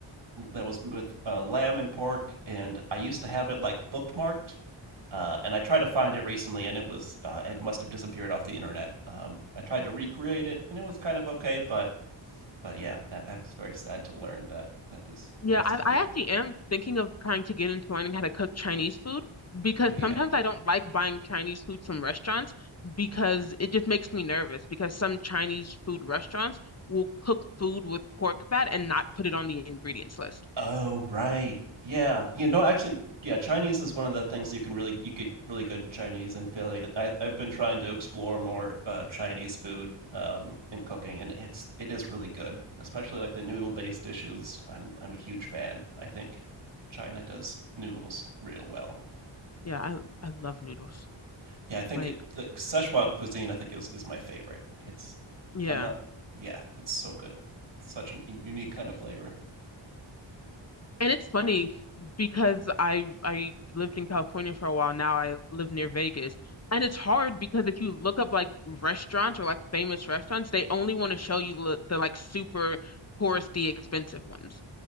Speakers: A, on the right; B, on the left.
A: that was with uh, lamb and pork, and I used to have it like bookmarked, uh, and I tried to find it recently, and it was uh, it must have disappeared off the internet. Um, I tried to recreate it, and it was kind of okay, but but yeah, that, that was very sad to learn that that this
B: Yeah,
A: recipe.
B: I, I actually am thinking of trying to get into learning how to cook Chinese food because
A: Oh yeah.
B: sometimes I don't like buying Chinese food from restaurants because it just makes me nervous because some Chinese food restaurants will cook food with pork fat and not put it on the ingredients list.
A: Oh, right. Yeah. You know, actually, yeah, Chinese is one of the things you can really you get really good Chinese in Philly. I I've been trying to explore more uh Chinese food um in cooking and it's it is really good, especially like the noodle-based dishes. I'm I'm a huge fan. I think China does noodles real well.
B: Yeah, I I love noodles.
A: Yeah, I think
B: Like,
A: it, like Szechuan cuisine I think is is my favorite. It's
B: yeah.
A: I'm not yeah, it's so good. Such an unique kind of flavor.
B: And it's funny because I I lived in California for a while. Now I live near Vegas. And it's hard because if you look up like restaurants or like famous restaurants, they only want to show you the, the like super touristy expensive ones.